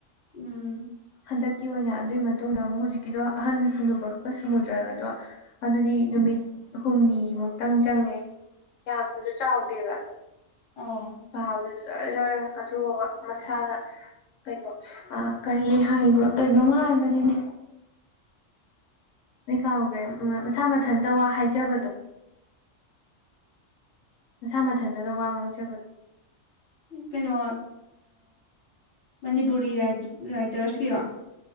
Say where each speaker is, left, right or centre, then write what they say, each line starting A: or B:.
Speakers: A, on the left; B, on the left.
A: ꯎꯝ
B: ꯍꯟꯗꯛꯀꯤ ꯑꯣꯏꯅ ꯑꯗꯨꯒꯤ ꯃꯇꯨꯡꯗ ꯑꯃꯨꯛ ꯍꯧꯖꯤꯛꯀꯤꯗꯣ ꯑꯍꯟ ꯍꯨꯕꯒ ꯁꯃꯨꯗ꯭ꯔꯒꯗꯣ ꯑꯗꯨꯗꯤ ꯅꯨꯃꯤꯠ ꯍꯨꯝꯅꯤ ꯃꯨꯛꯇꯪ ꯆꯪꯉꯦ ꯌꯥꯝꯁꯨ ꯆꯥꯎꯗꯦꯕ
A: ꯑꯣ
B: ꯄꯥꯕꯗꯁꯨ ꯖꯔ ꯖꯔ ꯑꯗꯨꯒꯕ ꯃꯁꯥꯗ ꯀꯩꯅꯣ ꯀꯔꯤ ꯍꯥꯏꯕꯣ ꯀꯩꯅꯣꯝꯃ ꯍꯥꯏꯕꯅꯤꯅꯦ ꯅ ꯀꯥꯎꯈ꯭ꯔꯦ ꯃꯁꯥ ꯃꯊꯟꯇ ꯋꯥ ꯍꯥꯏꯖꯕꯗꯣ ꯅꯁꯥ ꯃꯊꯟꯇꯗ ꯋꯥ ꯉꯥꯡꯖꯕꯗꯣ
A: ꯀꯩꯅꯣ ꯃꯅꯤꯄꯨꯔꯤ ꯔꯥꯏꯇꯔꯁꯀꯤꯔꯣ